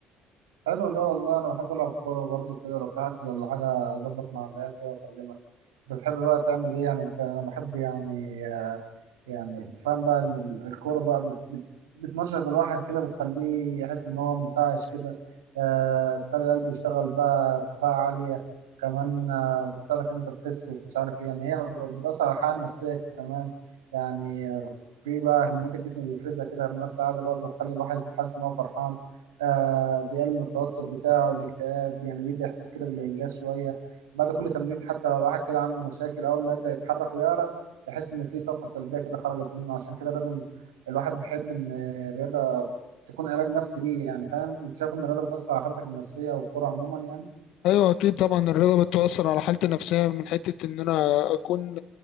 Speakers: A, on the right; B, on the left.
A: حلو ده والله انا بحب العب كوره برضو كده لو في حجز ولا حاجه اظبط مع العيال كده واكلمك انت بتحب بقى تعمل ايه يعني انت انا بحب يعني آه، يعني انت فاهم بقى ان ال- الكوره بقى بت بت بتنشط الواحد كده بتخليه يحس ان هو منتعش كده آه تخلي القلب يشتغل بقى بكفاءه عاليه كمان آه بتساعدك ان انت تخس ومش عارف ايه يعني هي بتاثر على الحاله النفسيه كمان يعني آه، في بقى هرمونات الجسم بيفرزها كده هرمونات سعاده بقى بتخلي الواحد بيحس ان هو فرحان آه بيقلل من التوتر بتاعه الاكتئاب يعني بيدي احساس كده بالانجاز شويه بعد كل تمرين حتى لو الواحد كده عنده مشاكل اول ما يبدا يتحرك ويعرق يحس ان في طاقه سلبيه كده خرجت منه عشان كده لازم الواحد بيحب ان الرياضه تكون علاج نفسي ليه يعني فاهم انت شايف ان الرياضه بتاثر على حالتك النفسيه والكوره عموما يعني
B: ايوه اكيد طبعا الرياضه بتؤثر على حالتي النفسيه من حته ان انا اكون